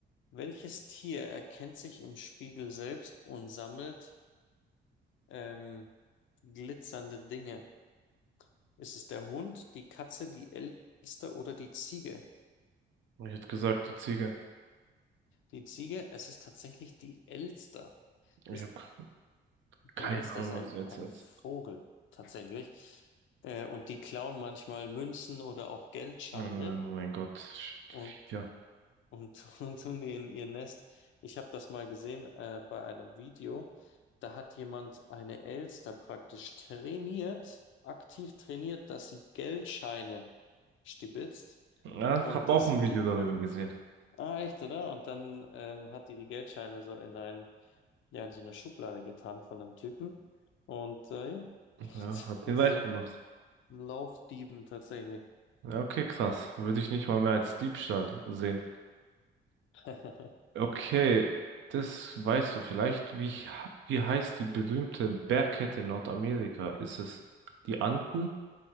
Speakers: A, on the left; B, on the right.
A: Welches Tier erkennt sich im Spiegel selbst und sammelt ähm, glitzernde Dinge? Ist es der Hund, die Katze, die Elster oder die Ziege?
B: Ja. Ich hätte gesagt, die Ziege.
A: Die Ziege, es ist tatsächlich die Elster. Ist,
B: Ich hab
A: die
B: Keine
A: Elster
B: Ahnung,
A: ist ein,
B: was du jetzt
A: ein
B: sagst.
A: Vogel tatsächlich. Äh, und die klauen manchmal Münzen oder auch Geldscheine.
B: Ähm, mein Gott.
A: Und
B: Ja.
A: und, <laughs> und tun die in ihr Nest. Ich habe das mal gesehen äh, bei einem Video. Da hat jemand eine Elster praktisch trainiert, aktiv trainiert, dass sie Geldscheine stibitzt
B: Ja,
A: und
B: hab
A: dass
B: auch ein
A: sie
B: Video
A: die praktisch.
B: darüber gesehen.
A: Ah, echt, oder? Und dann ähm, hat die die Geldscheine so in ein, ja, in so eine Schublade getan von einem Typen. Und äh, ja, <laughs>
B: Ja,
A: sie
B: hab den
A: hatte
B: weich
A: so einen
B: gemacht.
A: Laufdieben tatsächlich.
B: Ja, okay, krass. Würde ich nicht mal mehr als Diebstahl sehen.
A: <laughs>
B: Okay, das weißt du vielleicht. Wie, wie heißt die berühmte Bergkette in Nordamerika? Ist es die Anden,